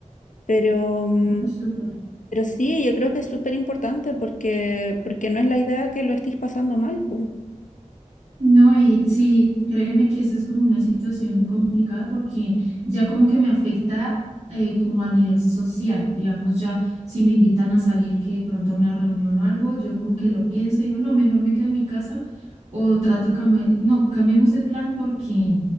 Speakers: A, on the left; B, on the right.
A: Pero, mm,
B: Muy súper.
A: pero sí, yo creo que es súper importante porque, porque no es la idea que lo estés pasando mal. pu.
B: No, y sí, créeme que esa es como una situación complicada porque ya como que me afecta eh, como a nivel social, digamos ya si me invitan a salir que de pronto a una reunión o algo, yo como que lo pienso y digo, no, mejor me quedo en mi casa o trato, cambiar, no, cambiemos de plan porque